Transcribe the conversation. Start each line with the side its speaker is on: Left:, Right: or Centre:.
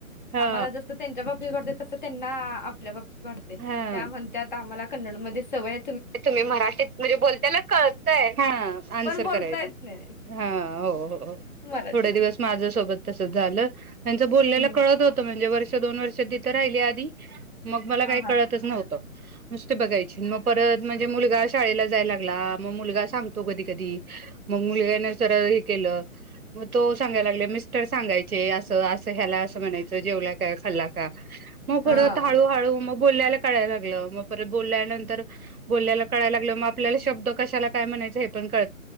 Right: हा
Left: आम्हाला जस त्यांच्या बाबतीत वाटतय तस त्यांना हा आपल्या बाबतीत वाढतयं
Right: हा
Left: त्या म्हणत्यात आम्हाला कन्नड मध्ये सवय
Right: तुम्ही मराठीत म्हणजे बोलत्याल कळतय हा आन्सर
Left: पण बोलता
Right: करायच्
Left: येत नाही
Right: हा हो हो
Left: मराठी
Right: थोडे दिवस माझ्या सोबत तसचं झालं त्यांचं बोलल्याल
Left: हम्म हम्म
Right: कळत होतं म्हणजे वर दोन वर्ष तिथं राहीली आधी. मग मला काही
Left: हा
Right: कळतच
Left: हा
Right: नव्हतं. नुसते बघायची न म परत म्हणजे मुलगा शाळेला जायला लागला मग मुलगा सांगतो कधी कधी मग मुलग्याने जर हे केलं मग तो सांगायला लागले मिस्टर सांगायचे असं असं ह्याला असं म्हणायचं जेवला काय खाल्ला का मग परत
Left: हा
Right: हळू हळू मग बोल्याल कळायला लागलं मग परत बोलल्यानंतर बोल्याला कळायला लागलं मग आपल्याला शब्द कशाला काय म्हणायचं हे पण कळ